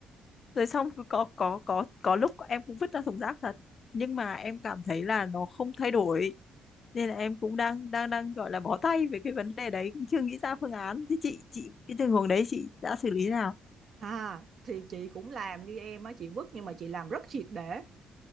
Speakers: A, on the left; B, on the right.
A: rồi xong cứ có có có có lúc em cũng vứt ra thùng rác thật nhưng mà em cảm thấy là nó không thay đổi nên là em cũng đang đang đang gọi là bó tay về cái vấn đề đấy cũng chưa nghĩ ra phương án thế chị chị cái tình huống đấy chị đã xử lý nào
B: à thì chị cũng làm như em á chị vứt nhưng mà chị làm rất triệt để